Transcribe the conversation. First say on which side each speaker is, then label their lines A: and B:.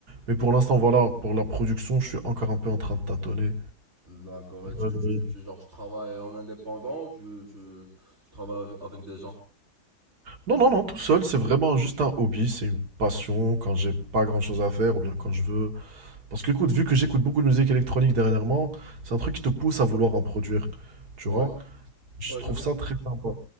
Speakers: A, on the right; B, on the right.
A: Mais pour l'instant, voilà, pour la production, je suis encore un peu en train de tâtonner.
B: D'accord, et tu,
A: Euh,
B: tu, tu, genre, tu travailles en indépendant ou tu, tu, tu travailles avec, avec des gens?
A: Non, non, non, tout seul, c'est vraiment juste un hobby, c'est une passion quand j'ai pas grand-chose à faire ou bien quand je veux. Parce que, écoute, vu que j'écoute beaucoup de musique électronique dernièrement, c'est un truc qui te pousse à vouloir en produire, tu
B: Ouais.
A: vois? Je
B: Ouais,
A: trouve
B: je comprends.
A: ça très sympa.